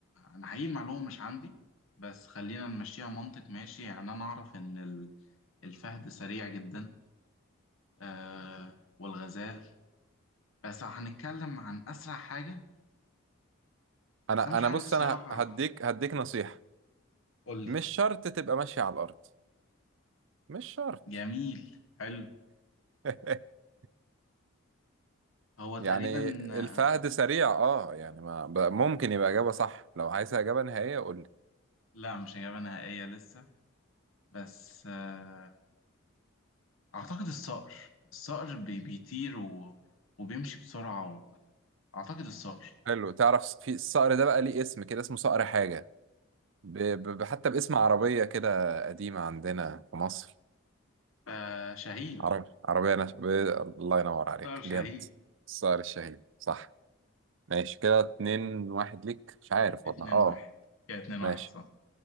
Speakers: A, on the left; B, on the right.
A: انا حقيقي المعلومه مش عندي بس خلينا نمشيها منطق ماشي يعني انا اعرف ان ال- الفهد سريع جدا آه والغزال بس لو هنتكلم عن اسرع حاجه
B: انا
A: بس انا مش
B: انا
A: عارف
B: بص
A: الصراحه
B: انا ه- هديك هديك نصيحة
A: قول لي
B: مش شرط تبقى ماشي على الارض مش شرط
A: جميل حلو
B: <laughs>
A: هو تقريبا
B: يعني
A: آه،
B: الفهد سريع اه يعني ما ب- ممكن يبقى اجابة صح لو عايز اجابة نهائية قول لي
A: لا مش اجابه نهائيه لسه بس آه أعتقد الصقر الصقر بي- بيطير و... وبيمشي بسرعة و... أعتقد الصقر
B: حلو تعرف في الصقر ده بقى ليه اسم كده اسمه صقر حاجة ب... ب... حتى باسم عربية كده قديمة عندنا في مصر
A: آه شهيد
B: عربي عربية نش... ب... الله ينور
A: الصقر
B: عليك
A: شهيد
B: جامد الصقر الشهيد صح ماشي كده اتنين واحد ليك مش عارف
A: اتنين
B: والله اه
A: واحد كده اتنين
B: ماشي
A: واحد صح